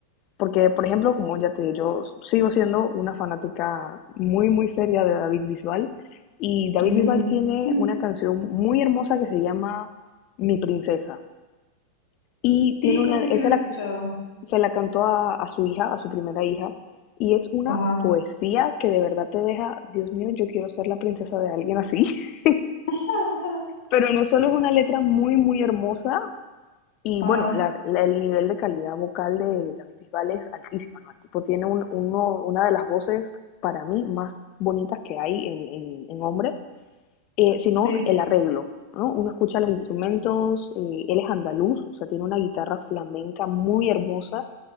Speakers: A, on the left; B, on the left.
A: Porque, por ejemplo, como ya te dije, yo sigo siendo una fanática muy, muy seria de David Bisbal. Y David
B: Mm,
A: Bisbal tiene
B: mm,
A: una canción muy hermosa que se llama Mi Princesa. Y
B: Sí,
A: tiene una,
B: creo que
A: él
B: sí lo
A: se
B: he escuchado.
A: la, se la cantó a, a su hija, a su primera hija. Y es una
B: Ajá,
A: poesía que de verdad te deja, Dios mío, yo quiero ser la princesa de alguien así. <laughs>
B: <laughs>
A: Pero no solo es una letra muy, muy hermosa, Y
B: ajá,
A: bueno, la, la- el nivel de calidad vocal de David Bisbal es altísima, ¿no? El tipo tiene un- uno- una de las voces, para mí, más bonitas que hay en, en- en hombres, eh, sino
B: sí,
A: el arreglo, ¿no? Uno escucha los instrumentos, eh, él es andaluz, o sea, tiene una guitarra flamenca muy hermosa,